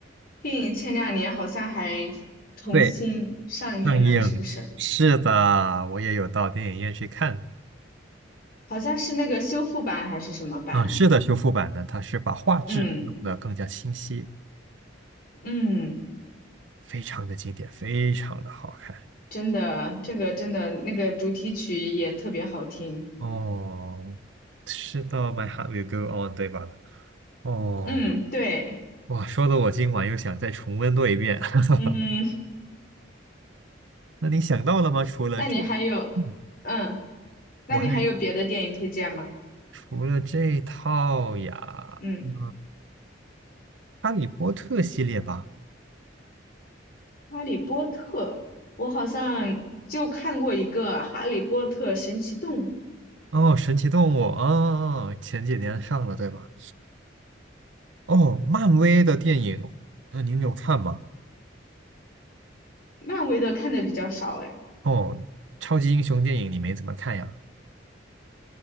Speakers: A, on the left; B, on the right.
A: 电影前两年好像还重新上映了，
B: 对，上映。
A: 是不是？
B: 是的，我也有到电影院去看。
A: 好像是那个修复版还是什么版本？
B: 啊，是的，修复版的，它是把画质弄得更加清晰。
A: 嗯嗯，
B: 非常的经典，非常的好看。
A: 真的，这个真的那个主题曲也特别好听，
B: 哦，是的，My Heart Will Go On，对吧？哦，
A: 嗯，对，
B: 哇，说的我今晚又想再重温多一遍。<laughs>
A: 嗯，
B: 那你想到了吗？除了这，
A: <laughs> 那你还有，
B: 嗯，
A: 嗯，那你还有别的电影推荐吗？
B: 我还除了这套呀，
A: 嗯。
B: 嗯，《哈利波特》系列吧。
A: 哈利波特，我好像就看过一个《哈利波特神奇动物》，
B: 哦，神奇动物，啊，前几年上了，对吧？哦，漫威的电影，嗯、您有看吗？
A: 漫威的看的比较少哎，
B: 哦，超级英雄电影你没怎么看呀？